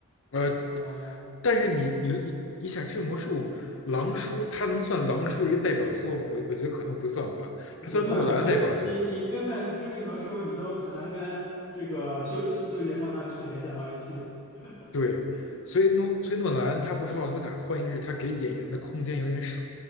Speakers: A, on the left; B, on the left.
A: 呃，
B: 然后
A: 但是你你你你想治魔术。狼叔，他能算狼叔的一个代表作吗？我我觉得可能不算吧，
B: 呃不算，
A: 他算诺兰的代表作，
B: 其实你你根本《致命魔术》你都很难跟这个休休杰克曼去联想到一起。<laughs>
A: 对，所以诺所以诺兰他不是奥斯卡，欢迎是他给演员的空间有点少。